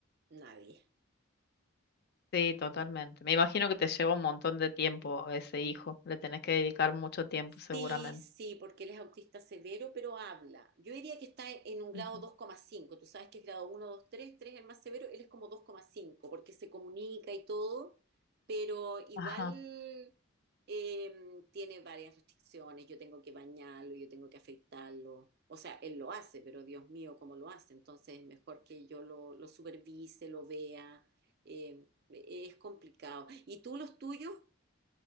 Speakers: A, on the right (about 50°); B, on the left (about 50°).
A: nadie.
B: Sí, totalmente. Me imagino que te lleva un montón de tiempo ese hijo. Le tenés que dedicar mucho tiempo seguramente.
A: Sí, sí, porque él es autista severo, pero habla. Yo diría que está en en un grado
B: Ujú.
A: dos coma cinco. Tú sabes que es grado uno, 2, 3, 3 es el más severo, él es como dos coma cinco, porque se comunica y todo, pero igual
B: Ajá.
A: eh, tiene varias restricciones. Yo tengo que bañarlo, yo tengo que afeitarlo. O sea, él lo hace, pero Dios mío, ¿cómo lo hace? Entonces es mejor que yo lo, lo supervise, lo vea. Eh, es complicado. ¿Y tú los tuyos?